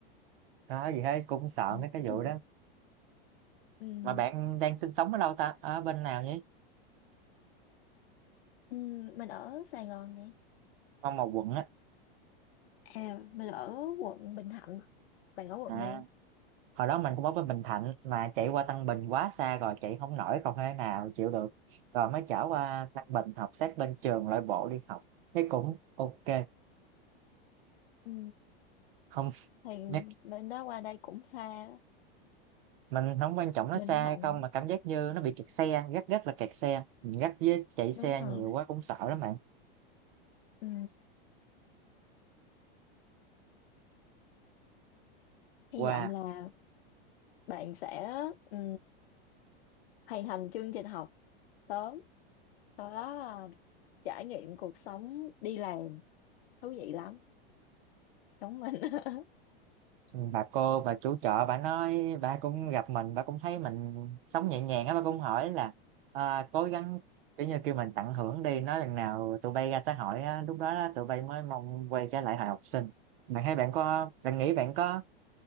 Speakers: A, on the right (about 70°); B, on the left (about 80°).
A: đó gì hết cũng sợ
B: ừ.
A: mấy cái
B: Ừ.
A: vụ đó
B: Ừ.
A: mà bạn đang sinh sống ở đâu ta ở bên nào nhỉ
B: Ừ. mình ở Sài Gòn nè
A: trong một quận á
B: à mình ở quận Bình Thạnh bạn ở quận
A: à
B: nào
A: hồi đó mình cũng ở bên Bình Thạnh mà chạy qua Tân Bình quá xa rồi chạy không nổi còn thế nào chịu được rồi mới trở qua Tân Bình học sát bên trường loại bộ đi học thấy cũng ok
B: ừ.
A: không <laughs>
B: thì
A: nhắc-
B: bên đó qua đây cũng xa
A: mình không quan trọng nó
B: Bình
A: xa hay
B: Thạnh
A: không mà cảm giác như nó bị kẹt xe rất rất là kẹt xe mình gắt với chạy xe
B: đúng rồi
A: nhiều quá cũng sợ lắm bạn
B: ừ. hy
A: qua
B: vọng là bạn sẽ ừ. hoàn thành chương trình học sớm sau đó là trải nghiệm cuộc sống đi làm thú vị lắm giống mình <laughs>
A: Ừ, bà cô bà chủ chợ bà nói bà cũng gặp mình bà cũng thấy mình sống nhẹ nhàng á bà cũng hỏi là à, cố gắng kiểu như kêu mình tận hưởng đi nói lần nào tụi bay ra xã hội á, lúc đó đó, tụi bay mới mong quay trở lại hồi học sinh bạn thấy bạn có bạn nghĩ bạn có